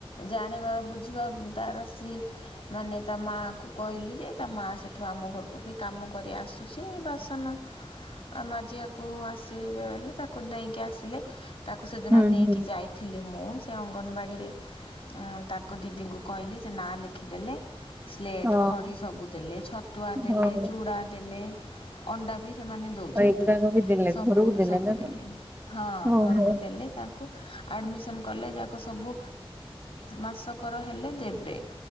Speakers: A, on the left; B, on the right.
A: ଜାଣିବା ବୁଝିବା ତାର ସ୍ତ୍ରୀ ମାନେ ତା ମାଆଙ୍କୁ କହିଲି ଯେ ତା ମାଆ ସେଠୁ ଆମ ଘରକୁ ବି କାମ କରି ଆସୁଛି ବାସନ ମାଜିଆକୁ ଆସିଲେ ବଲେ ତାକୁ ଦେଇକି ଆସିଲେ ତାକୁ ସେଦିନ
B: ହୁଁ,
A: ନେଇକି
B: ହୁଁ,
A: ଯାଇଥିଲି ମୁଁ ସେ ଅଙ୍ଗନବାଡ଼ିରେ ତାଙ୍କ ଦିଦିଙ୍କୁ କହିଲି ସେ ନାଁ ଲେଖ ଖି ଦେଲେ ସ୍ଲେଟ୍
B: ହଁ,
A: ଖଡ଼ି ସବୁ ଦେଲେ ଛତୁଆ ଦେଲେ
B: ହଁ,
A: ଚୁଡ଼ା ଦେଲେ ଅଣ୍ଡା ବି ସେମାନେ ଦେଉଛନ୍ତି
B: ଏଗୁଡ଼ାକ ବି ଦେଲେ
A: ସବୁରୁ
B: ଘରକୁ
A: ସବୁ
B: ନା କଣ?
A: ଦେଲେ ହଁ
B: ଓହୋ!
A: ଘରକୁ ଦେଲେ ତାପ କୁ ଆଡ଼ମିସନ କଲେ ଯାକ ସବୁ ମାସକର ହେଲେ ଦେବେ।